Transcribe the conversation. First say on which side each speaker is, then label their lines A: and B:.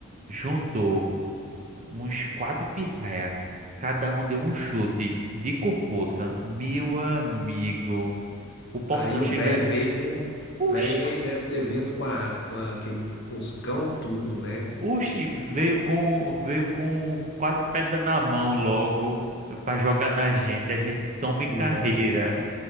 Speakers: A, on the right; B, on the left.
A: Juntou uns quatro pirraia. Cada um deu um chute de com força. Meu amigo, o portão
B: Aí o
A: chega.
B: velho veio com.
A: Oxi!
B: Velho veio deve ter vindo com a, com a, que- com os cão tudo, né?
A: Oxi, veio com, veio com quatro pedras na mão logo pra jogar na gente. A gente toma em
B: Nossa.
A: carreira.